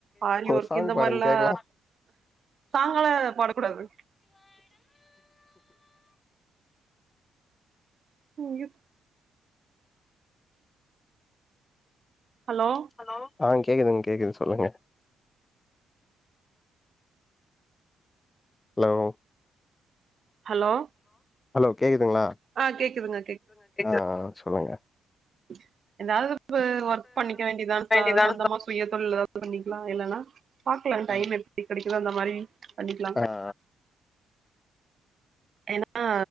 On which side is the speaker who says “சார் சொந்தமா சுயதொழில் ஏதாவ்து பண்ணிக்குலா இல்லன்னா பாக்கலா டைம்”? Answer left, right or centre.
Right